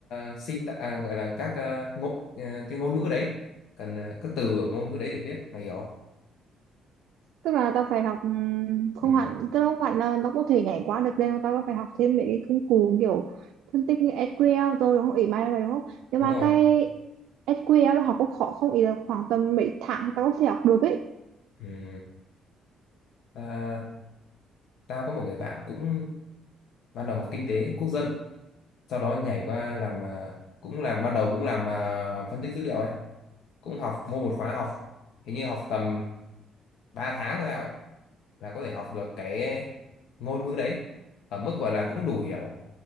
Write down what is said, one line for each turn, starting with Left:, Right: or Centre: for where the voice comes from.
Left: uh, sinh à, gọi là các ờ, ngôn ờ, cái ngôn ngữ đấy cần ờ, các từ ở ngôn ngữ đấy để viết mày hiểu không?
Right: tức là tao phải học ừm, không
Left: ừ,
Right: hẳn tức là không hẳn là nó có thể nhảy qua được lên, mà tao có phải học thêm mấy cái công cụ kiểu phân tích như SQL rồi đúng không ý mày là vậy đúng không nhưng
Left: đúng
Right: mà
Left: rồi
Right: cái SQL nó học cũng khó không ý là khoảng tầm mấy tháng tao có thể học được ấy
Left: ừ. ta- tao có một người bạn cũng ban đầu học kinh tế quốc dân sau đó nhảy qua làm ờ, cũng làm ban đầu cũng làm ờ, phân tích dữ liệu ấy cũng học mua một khóa học hình như học tầm 3 tháng hay sao ấy là có thể học được cái ngôn ngữ đấy ở mức gọi là cũng đủ hiểu